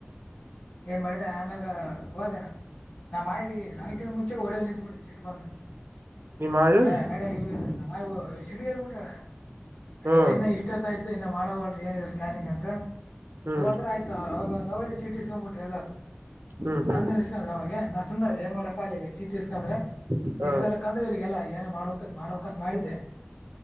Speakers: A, on the left (about 65°); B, on the right (about 60°).
A: ಏನ್ ಮಾಡಿದೆ ಆಮ್ಯಾಗ ಹೋದೆ ನಾನ <unintelligible> ನ ಮಾಯಿ ನನ ಮುಂಚೆ ಹೊಡೆ ನಿಂತು ಬಿಡು ಸಿಟ್ ಬಂದು
B: ನಿಮ್ಮ ಆಯಿ
A: ಹ ನಡ ಇವ ನಮ್ಮ <unintelligible> ಸಿಟಗರ್ ಬಿಟ್ರಳ
B: ಹ್ಮ್
A: ಇವ್ರ ಇನ್ ಇಷ್ಟತ್ತ ಆಯತ ಇನ್ನ ಮಾಡವಲ್ರಿ ಏನ ಇ ಸ್ಕ್ಯಾನಿಂಗ್ ಅಂತ
B: ಹ್ಮ್
A: ಹೋದ್ರೆ ಆಯ್ತಾ ಅವೇ ಚೀಟಿ ಎಸ್ಕೊಂಡ್ಬಿಟ್ರು ಎಲ್ಲಾರ್ದ
B: ಹ್ಮ್ ಹ್ಮ್
A: ನಂದ ಇಸ್ಕಂದ್ರ ಅವಾಗ ನಾ ಸುನೆ ಅದ ಏನ್ ಮಾಡಕಗಿಲ ಇಲ್ಲಿ ಚೀಟಿ ಇಂದ್ರೆ
B: ಹ್ಮ್
A: ಇಷ್ಟಗಾಲಕಂದ್ರೆ ಇವ್ರರಿಗೆಲ್ಲ ಏನೇ ಮಾಡ್ಬೇಕ ಮಾಡ್ಬೇಕ ಮಾಡಿದ್ದೆ